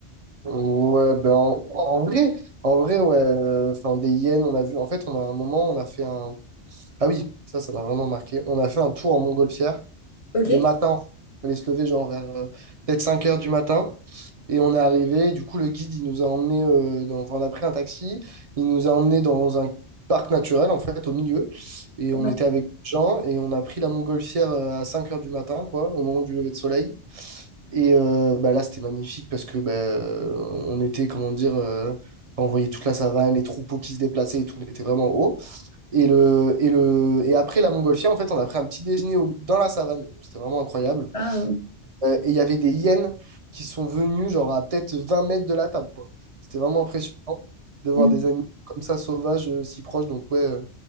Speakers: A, on the right (about 45°); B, on the left (about 40°).
A: Ouais, ben en, en vrai, en vrai, ouais, euh, enfin des hyènes, on a vu. En fait, on a un moment, on a fait un. Ah oui, ça, ça m'a vraiment marqué. On a fait un tour en montgolfière
B: Ok.
A: le matin. On allait se lever genre vers euh, peut-être 5 heures du matin. Et on est arrivé. Du coup, le guide, il nous a emmenés. euh, dans... enfin, on a pris un taxi. Il nous a emmenés dans un parc naturel, en fait, au milieu. Et
B: Ouais.
A: on était avec des gens. Et on a pris la montgolfière euh, à 5 heures du matin, quoi, au moment du lever de soleil. Et euh, bah là, c'était magnifique parce que bah, euh, on était, comment dire, euh, enfin, on voyait toute la savane, les troupeaux qui se déplaçaient et tout, on était vraiment en haut. Et, le, et, le, et après la montgolfière, en fait, on a pris un petit déjeuner au- dans la savane. C'était vraiment incroyable.
B: Ah, euh,
A: Euh, et il y avait des hyènes qui sont venues, genre à peut-être 20 mètres de la table, quoi. C'était vraiment impressionnant de voir
B: Mm.
A: des animaux comme ça sauvages euh, si proches. Donc, ouais, euh,